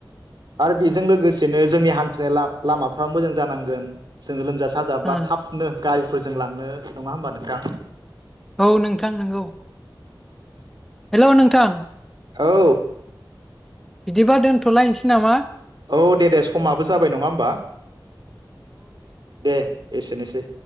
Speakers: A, on the right; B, in the centre.
A: आरो बेजों लोगोसेनो जोंनि हान्थिनाय ला लामाफ्रा मोजां जानांगोन जोङो लोमजा सा साजाबा
B: ओ
A: थाबनो गारि फोजोंलांनो नङा होमबा नोंथां
B: औ नोंथां नोंगौ हेलौ नोंथां
A: औ
B: बिदिबा दोनथ'लायनोसै नामा
A: औ दे दे समाबो जाबाय नङा होमबा दे एसेनोसै